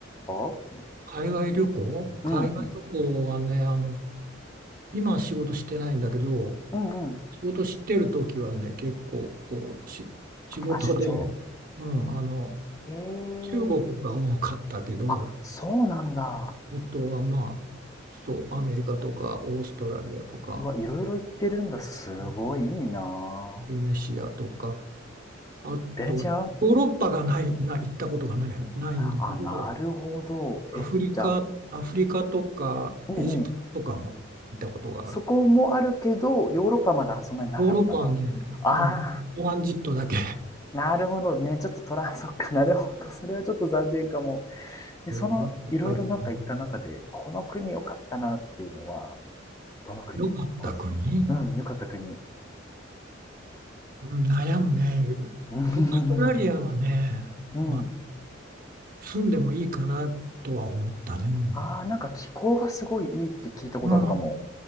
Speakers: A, on the left (about 15°); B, on the right (about 45°).
A: たの
B: 海外旅行海外旅行はね、
A: うんうん。
B: あの、今は仕事してないんだけど、
A: うんうん。
B: 仕事してる時はね、結構、こう、し、仕事で、
A: あ、出張。
B: うん、あの、
A: ええ
B: 中国が多かったけど、
A: あ、そうなんだ。
B: あとはまあ、そう、アメリカとか、オーストラリアとか、
A: うわ、いろいろ行ってるんだ。すごいいいな
B: インドネシアとか、あと、
A: ベネチア
B: ヨーロッパがない、な、行ったことがない、ないんだけど、
A: あ、なるほど。
B: アフリカ、
A: え、じゃあ、
B: アフリカとか、
A: うんうん。
B: エジプトとかも行ったことがある。
A: そこもあるけど、ヨーロッパはまだそんなになかったんだ。
B: ヨーロッパはね、
A: ああ、
B: うん、トランジットだけ、
A: なるほどね。ちょっとトラン、<laughs> そっか、なるほど。それはちょっと残念かも。で、
B: もういっぱい行ったね。
A: その、いろいろなんか行った中で、この国良かったなっていうのは、どの国こ
B: よかった国、
A: うん、良かった国。<laughs>
B: うん悩むね。
A: うん。
B: オーストラリアはね、
A: <laughs> うん
B: まあ、住んでもいいかなとは思ったね。
A: ああ、なんか気候がすごいいいって聞いたことあるかも。
B: う